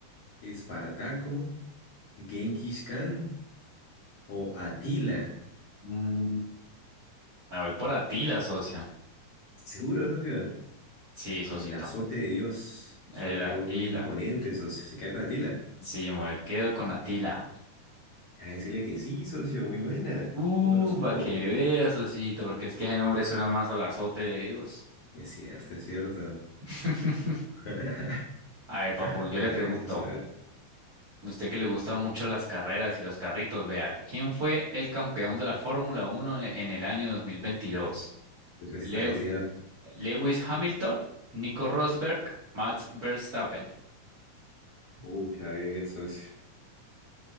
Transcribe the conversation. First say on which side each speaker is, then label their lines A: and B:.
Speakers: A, on the left; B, on the right.
A: ¿Espartaco, Genghis Khan o Atila?
B: mm, me voy por Atila, socio.
A: Seguro, socio.
B: Sí, socito.
A: Como el azote de Dios.
B: El
A: Es un apodo
B: Atila.
A: muy imponente, socio. ¿Se queda con Atila?
B: Sí, me quedo con Atila.
A: A decirle que sí, socio. Muy buena.
B: Uh,
A: ¿Cómo lo supo?
B: para que veas, socito, porque es que ese nombre suena más al azote de Dios.
A: Es cierto, es cierto.
B: <laughs>
A: <laughs> A
B: A ver, papu,
A: ver,
B: yo le pregunto,
A: hágale, socio. A ver.
B: usted que le gustan mucho las carreras y los carritos, vea, ¿quién fue el campeón de la Fórmula Uno en en el año 2022?
A: Pues,
B: Le-
A: se está diciendo
B: Lewis Hamilton, Nico Rosberg, Max Verstappen.
A: Uy, a ver, socio.